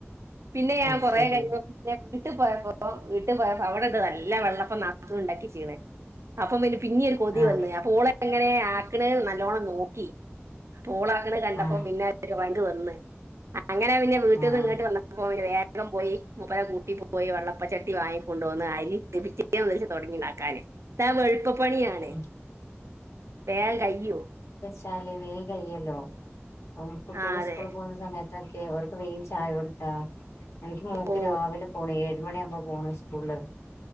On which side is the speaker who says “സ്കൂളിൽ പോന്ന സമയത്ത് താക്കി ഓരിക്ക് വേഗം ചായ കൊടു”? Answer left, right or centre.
Left